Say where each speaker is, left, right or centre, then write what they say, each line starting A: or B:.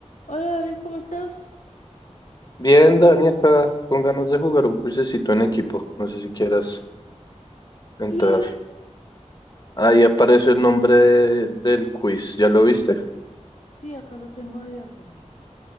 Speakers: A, on the left; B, on the left.
A: Hola David, ¿cómo estás?
B: Bien, Dani, acá con ganas de jugar un cuisecito en equipo. No sé si quieras entrar.
A: Dale.
B: Ahí aparece el nombre de- del quiz. ¿Ya lo viste?
A: Sí, acá lo tengo abierto.